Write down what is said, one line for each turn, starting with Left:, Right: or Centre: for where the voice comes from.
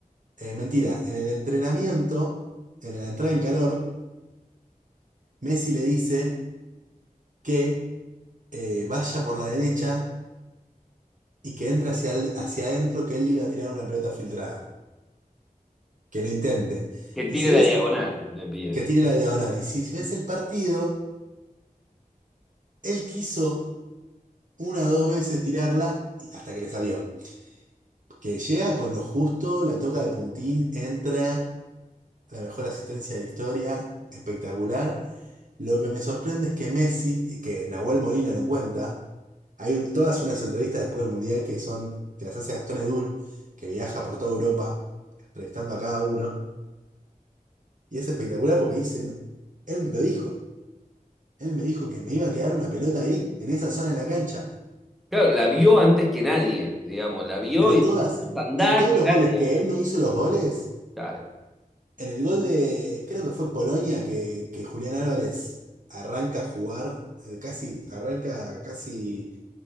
Right: eh, mentira, en el entrenamiento, en la entrada en calor, Messi le dice que eh, vaya por la derecha y que entre hacia, el- hacia adentro que él le iba a tirar una pelota filtrada. Que lo intente.
Centre: Que
Right: Y
Centre: tire
Right: si
Centre: la
Right: ves
Centre: diagonal, me pide.
Right: que tire la diagonal, y si ves el partido, él quiso una o dos veces tirarla y- hasta que le salió. Que llega con lo justo, la toca de puntín, entra, la mejor asistencia de la historia, espectacular. Lo que me sorprende es que Messi, y que Nahuel Molina lo cuenta, hay un- todas unas entrevistas después del Mundial que son, que las hace Gastón Edul, que viaja por toda Europa, entrevistando a cada uno. Y es espectacular porque dice, "No, él me lo dijo, él me dijo que me iba a quedar una pelota ahí, en esa zona de la cancha.
Centre: Claro, la vio antes que nadie, digamos, la vio
Right: Pero
Centre: y
Right: todas,
Centre: puso a andar,
Right: en todos
Centre: tirar
Right: los goles
Centre: la diagonal.
Right: que él no hizo los goles,
Centre: Claro.
Right: en el gol de, creo que fue Polonia, que, que Julián Álvarez arranca a jugar, eh, casi, arranca casi